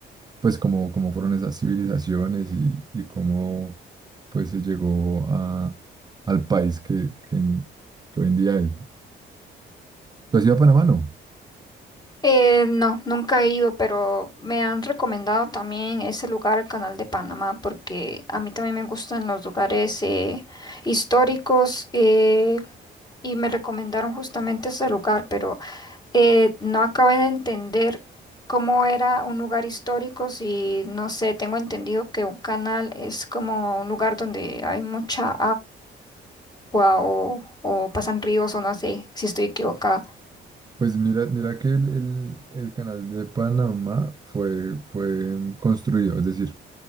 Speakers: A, on the right; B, on the left.
A: pues cómo, cómo fueron esas civilizaciones y, y cómo pues se llegó a, al país que, que, en- que hoy en día es. ¿Tú has ido a Panamá, no?
B: Eh, no, nunca he ido, pero me han recomendado también ese lugar, el Canal de Panamá, porque a mí también me gustan los lugares eh, históricos eh, y me recomendaron justamente ese lugar, pero eh, no acabé de entender cómo era un lugar histórico, si no sé, tengo entendido que un canal es como un lugar donde hay mucha agua o, o pasan ríos o no sé si estoy equivocada.
A: Pues mira, mira que el, el- el canal de Panamá fue, fue mm, construido, es decir,